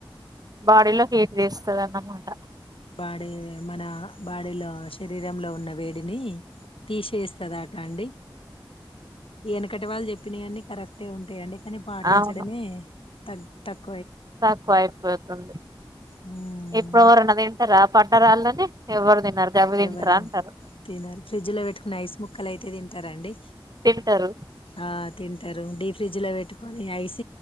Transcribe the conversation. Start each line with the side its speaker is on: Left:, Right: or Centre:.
Right: బాడీలో హీట్ వేస్తుందిన్నమాట
Left: అంటే మన బాడీలో శరీరంలో ఉన్న వేడిని తీసేస్తదా ఆట అండి వెనుకటి వాళ్ళు చె చేపిన అన్ని కరెక్టే ఉంటాయండి అని పాటించడమే
Right: అవును
Left: తగ తక్
Right: తక్కువ అయిపోతుంది
Left: హ్మ్.
Right: ఇప్పుడు ఎవరన్నా తింటరా పట్టరా అలా అని తినరు గవి తింటారా
Left: ఎవరు
Right: అంటారు
Left: తినరు ఫ్రిడ్జ్ లో పెట్టుకున్న ఐస్ ముక్కలయితే తింటార అండి
Right: తింటారు
Left: ఆ తింటారు డీ ఫ్రిడ్జ్ లో పెట్టుకొని ఐస్